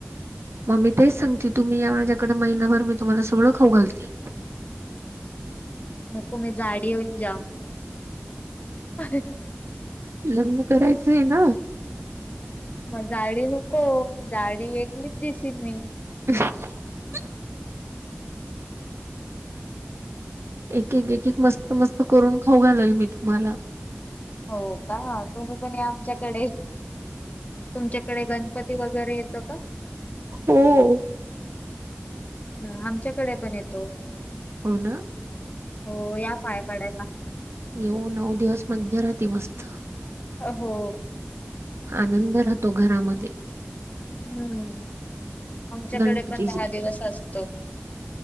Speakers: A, on the right; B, on the left.
A: मग मी तेच सांगते. तुम्ही या माझ्याकडं महिनाभर. मी तुम्हाला सगळं खाऊ घालते.
B: नको मी जाडी होईन जाम. <unintelligible>
A: लग्न करायचंय ना?
B: मग जाडी नको, जाडी वेगळीच दिशील मी.
A: <unintelligible> एक, एक, एक. मस्त - मस्त करून खाऊ घालेल, मी तुम्हाला.
B: हो, का? तुम्ही पण या आमच्याकडे. तुमच्याकडे, गणपती वगैरे येतो का?
A: हो.
B: ह. आमच्याकडे पण येतो.
A: हो, ना.
B: हो. या पाया पडायला.
A: येऊ. नऊ दिवस, मज्जा राहती मस्त.
B: अ, हो.
A: आनंद राहतो, घरामध्ये.
B: हम्म. आमच्याकडे
A: गणपतीचे
B: पण दहा दिवस असतो.